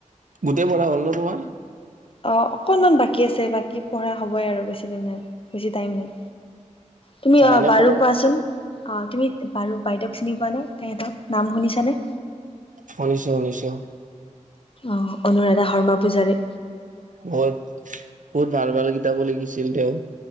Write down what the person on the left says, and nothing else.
অ', অকনমান বাকী আছে বাকী পঢ়া হ'বই আৰু বেছি দিন নাই, বেছি টাইম নাই। তুমি অ',
বাৰু
কোৱাচোন? অ', তুমি বাৰু বাইদেউক চিনি পোৱা নে, তেখেতৰ নাম শুনিছানে?
অ', অনুৰাধা শৰ্মা পূজাৰী।